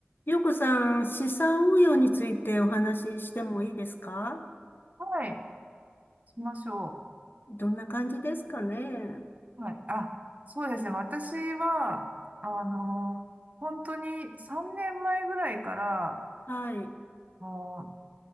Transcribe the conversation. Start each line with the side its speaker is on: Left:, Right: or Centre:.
Left: ゆうこさん、資産運用についてお話ししてもいいですか
Right: はい、しましょ
Left: どんな感じですかね
Right: う。はい。あ、そうですね。私は、あの、本当に3年前ぐらいから、
Left: はい。
Right: もう、